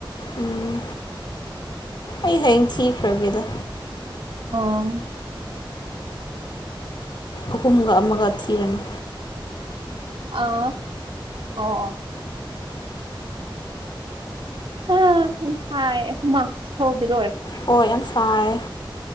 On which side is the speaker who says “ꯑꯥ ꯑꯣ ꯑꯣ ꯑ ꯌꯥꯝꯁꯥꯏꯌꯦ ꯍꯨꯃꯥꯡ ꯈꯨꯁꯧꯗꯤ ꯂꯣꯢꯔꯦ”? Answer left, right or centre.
Right